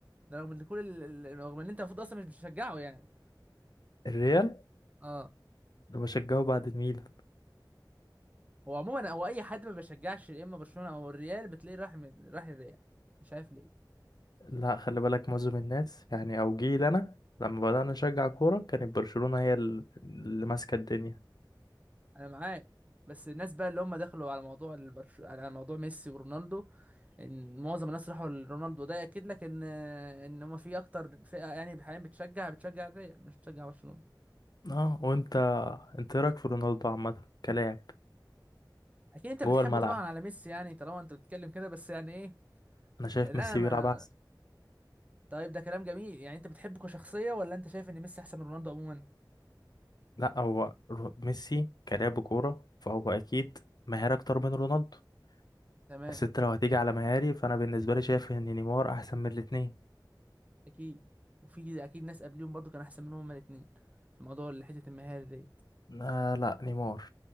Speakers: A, on the right (about 20°); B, on the left (about 60°).
A: ده رغم ان كل ال... ال- رغم ان انت المفروض اصلا مش بتشجعه يعني
B: الريال
A: اه
B: ده بشجعه بعد الميلان
A: هو عموما هو اي حد ما بيشجعش يا اما برشلونة او الريال بتلاقيه راح من... راح الريال مش عارف ليه
B: لا خلي بالك معظم الناس يعني او جيل انا لما بدأنا نشجع كورة كانت برشلونة هي ال- اللي ماسكة الدنيا
A: انا معاك بس الناس بقى اللي هم دخلوا على موضوع البرش... على موضوع ميسي ورونالدو ان معظم الناس راحوا لرونالدو ده ياكد لك ان ان هم في اكتر فئه يعني حاليا بتشجع بتشجع الريال مش بتشجع برشلونه
B: اه وانت انت إيه رايك في رونالدو عامة كلاعب
A: اكيد انت بتحبه
B: جوه الملعب
A: طبعا على ميسي يعني طالما انت بتتكلم كده بس يعني ايه
B: انا شايف
A: لا
B: ميسي
A: ما
B: بيلعب احسن
A: طيب ده كلام جميل يعني انت بتحبه كشخصيه ولا انت شايف ان ميسي احسن من رونالدو عموما
B: لا هو رو- ميسي كلاعب كورة فهو اكيد ماهر اكتر من رونالدو
A: تمام
B: بس انت لو هتيجي على مهاري فانا بالنسبه لي شايف ان نيمار احسن من الاثنين
A: اكيد وفي اكيد ناس قبليهم برضو كان احسن منهم هما الاثنين في موضوع اللي حته المهاري ديت
B: آه لا نيمار